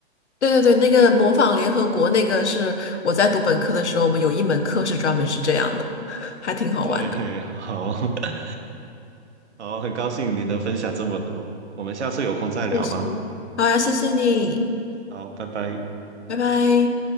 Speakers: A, on the left; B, on the right.
A: 对对对，那个模仿联合国那个是我在读本科的时候，我们有一门课是专门是这样的，<laughs> 还挺好玩的。
B: 对，嘿好 <laughs> 好，很高兴你能分享这么多，我们下次有空再聊吧。
A: 我也是。好呀，谢谢你，
B: 好，拜拜。
A: 拜拜。